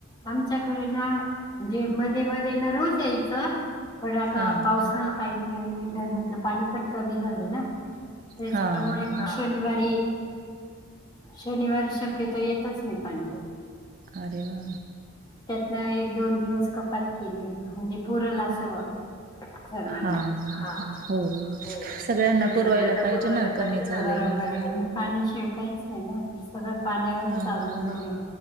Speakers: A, on the left; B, on the right.
A: आमच्याकडे ना म्हणजे मध्ये मध्ये ना रोज यायचं पण आता
B: हां,
A: पाऊस
B: हां.
A: नाही काही आणि धरणातलं पाणी पण कमी झालं ना त्याच्यामुळे
B: हा
A: मग
B: हा
A: शनिवारी शनिवारी शक्यतो येतच नाही पाणी
B: अरे वा
A: न एक दोन दिवस कपात केली आहे म्हणजे पुरला असं ग सर्वांना
B: हां,
A: हा
B: हां. हो,
A: हो
B: सगळ्यांना पुरवायला
A: सगळ्यांना
B: पाहिजे
A: पुरवायला
B: ना, कमी
A: पाहिजे बरोबर
B: झालंय म्हणल्यावर.
A: आहे आणि पाणी शिवकायच नाही ना सगळं पाण्यावरच
B: हां,
A: अवलंबून आहे